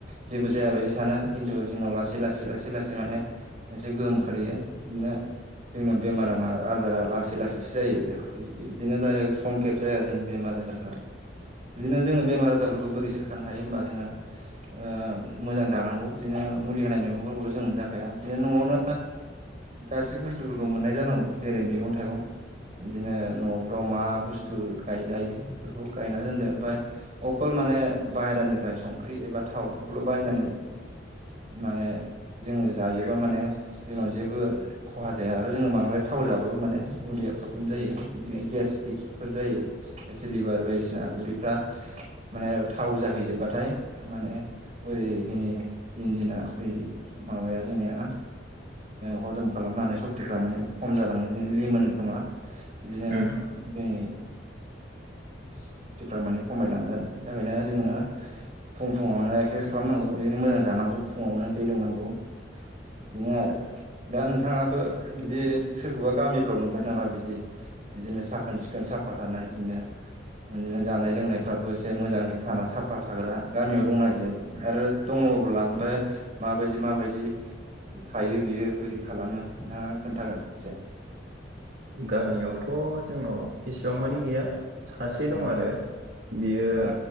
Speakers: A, on the right; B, on the right.
A: जेबो जाया बायदि सानो खिन्थु जोंनाव लासै लासै लासै लासै माने एसे गोहोम खोलैयो बिनो जोंनियाव बेमारा आजारा लासै लासैसो जायो बिदिनो दाररेक्ट संखेब जाया जोंनि बेमार-आजा रफ्रा बिदिनो जोङो बेमार आजारफोरखौ बोरै सोखानो हायो होमबा जोङो ओ मोजां जानांगौ बिदिनो ओ मुलि होनाय मैगंफोरखौथ' जों मोनजाखाया बिदिनो न'आवनो गाससिबो बुस स्थुफोरखौ मोननाय जानांगौ जेरै मैगं-थाइगं बिदिनो न'फ्राव मा बुस्थु गायजायो बेफोरखौ गायना दोनदो बा अकल माने बेहेरानिनिफ्राय संख्रि एबा थाव एफोरखौल'बायनानै माने जों जायोबा माने जोंनाव जेबो खहा जाया आरो जोङो बांद्राय थाव जाबाबो माने उदैया प्रब्लेम जायो। बिदिनो गेस्टिकफोर जायो पेटिलिभार बायदिसि ना उदैफ्रा माने थाव जाहैजोबबाथाय माने ओरैनि इन्जिना यै माबाया जोंनिया हजम खालामनो हानाय सक्तिफ्रा माने खम जालाङो बिदिनो ले मोनो खोमा बिदिनो
B: उम
A: जों सुतफ्रा माने खमायलाङो आरो बेनो जोंआ फुं फुङावनो एक्सारसाइस खालामनांगौ बिदिनो मोजां जानांगौ फुङावनो दै लोंनांगौ बिनो आरो दा नों थांङाबो बिदि सोरखौबा गामिफ्राव नुबाय नामा बिदि बिदिनो साखोन सिखोन साफा थानाय इदिनो बिदिनो जानाय लोंनायफ्राबो एसे मोजाङै साना साफा थाग्रा गामियाव दंना गैया बेदि आरो दङ' अब्ला ओमफाय माबायदि माबायदि थायो बियो बोरै खालामो नोंथाङा खोन्थागोन एसे
B: गामियावथ जोंनाव बेसेबां मानि गैया सासे दं
A: ओ
B: आरो बियो
A: ओ